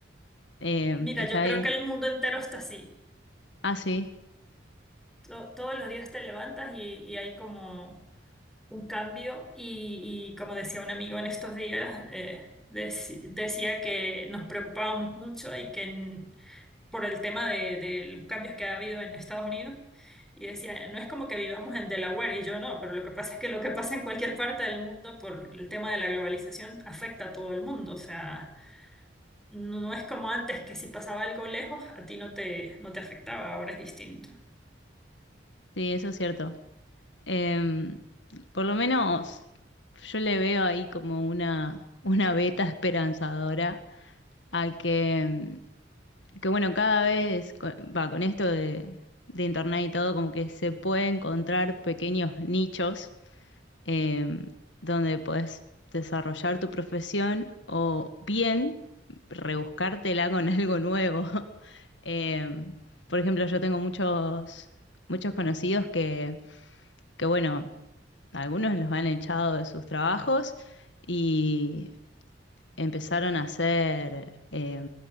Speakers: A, on the left; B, in the centre.
A: Eh,
B: Mira,
A: está
B: yo creo
A: bien.
B: que el mundo entero está así.
A: Ah, sí,
B: to- todos los días te levantas y, y hay como un cambio y, y como decía un amigo en estos días, eh, deci- decía que nos preocupábamos mucho y que en- por el tema de, de los cambios que ha habido en Estados Unidos y decía, no es como que vivamos en Delaware y yo no, pero lo que pasa es que lo que pasa en cualquier parte del mundo por el tema de la globalización afecta a todo el mundo, o sea, no no es como antes que si pasaba algo lejos, a ti no te, no te afectaba, ahora es distinto.
A: sí, eso es cierto. Eh, por lo menos yo le veo ahí como una, una veta esperanzadora a que, que bueno, cada vez con, va, con esto de, de internet y todo, como que se puede encontrar pequeños nichos eh, donde podés desarrollar tu profesión o bien rebuscártela con <laughs> algo nuevo. Eh, por ejemplo, yo tengo muchos, muchos conocidos que, que, bueno, algunos los han echado de sus trabajos y empezaron a hacer eh,